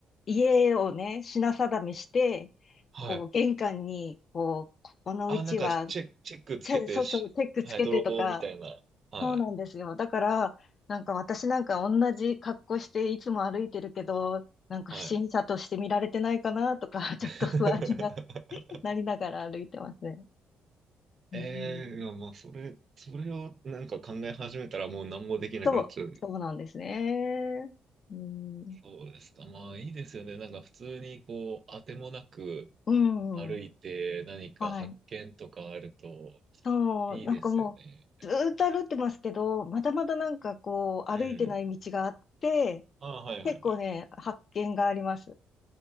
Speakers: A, on the left; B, on the right.
A: 家をね、品定めして、
B: はい。
A: こう、玄関に、こう、ここのうちは、
B: あ、なんか、チェ、チェックつけてし、
A: チェそうそう、チェックつけてとか、
B: はい、泥棒みたいな。はい。
A: そうなんですよ。だから、なんか私なんか同じ格好していつも歩いてるけど、なんか不審者として見られてないかなとか、
B: はい。
A: <laughs> ちょっと不安にな、
B: <laughs>
A: <laughs> なりながら歩いてますね。うん、
B: ええーいやまあ、それ、それをなんか考え始めたらもう何もできなくなっちゃう。
A: そう、そうなんですね。うん、
B: そうですか。まあ、いいですよね。なんか普通にこう、当てもなく、
A: うん、
B: 歩いて何か発見とかあると
A: はい。そう、
B: いいですよね。
A: なんかもう、ずーっと歩いてますけど、まだまだなんかこう、歩いてない道があって、
B: うん。ああ、はいはいはい。
A: 結構ね、発見があります。